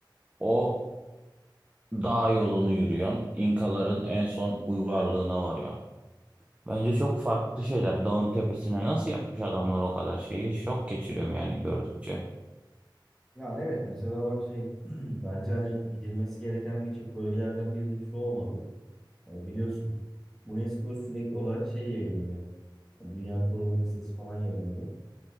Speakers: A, on the right; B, in the centre.
A: O dağ yolunu yürüyorsun. İnkaların en son uygarlığına varıyorsun. Bence çok farklı şeyler. Dağın tepesine nasıl yapmış adamlar o kadar şeyi? Şok geçiriyorum yani gördükçe.
B: Ya evet mesela bak şey <clears throat> bence hani gidilmesi gereken birçok bölgelerden biri de şu olmalı. Ee, biliyorsun UNESCO sürekli olarak şey yayınlıyor. Yani Dünya Koruma Listesi falan yayınlıyor.